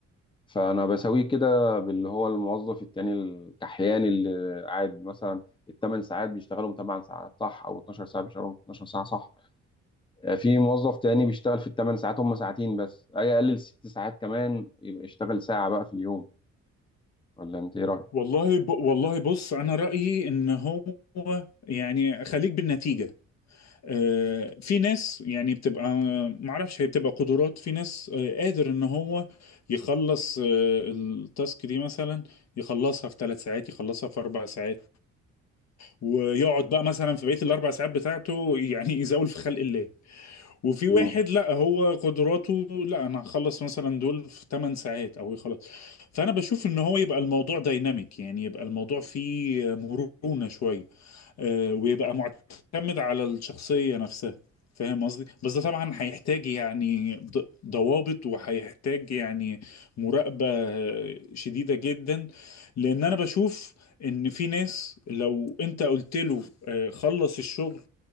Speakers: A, on the left; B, on the left.
A: فانا بساويه كده باللي هو الموظف التاني الكحيان اللي قاعد مثلا الثمان ساعات بيشتغلهم 8 ساعات صح او 12 ساعه بيشتغلهم 12 ساعه صح آه، في موظف تاني بيشتغل في الثمان ساعات هم ساعتين بس اي اقلل ست ساعات كمان يبقى يشتغل ساعه بقى في اليوم ولا انت ايه رايك
B: والله ب... والله بص انا رأيي ان هو يعني خليك بالنتيجة آه، في ناس يعني بتبقى معرفش هي بتبقى قدرات في ناس آه، قادر ان هو يخلص آه، التاسك دي مثلا يخلصها في ثلاث ساعات يخلصها في اربع ساعات ويقعد بقى مثلا في بقية الاربع ساعات بتاعته يعني <laughs> يزاول في خلق الله وفي واحد
A: مم.
B: لا هو قدراته لا انا هخلص مثلا دول في 8 ساعات او يخلص فانا بشوف ان هو يبقى الموضوع دايناميك يعني يبقى الموضوع فيه مرونة شوية آه، ويبقى معتمد على الشخصية نفسها فاهم قصدي بس ده طبعا هيحتاج يعني ض- ضوابط وهيحتاج يعني مراقبة شديدة جدا لان انا بشوف ان في ناس لو انت قلت له آه، خلص الشغل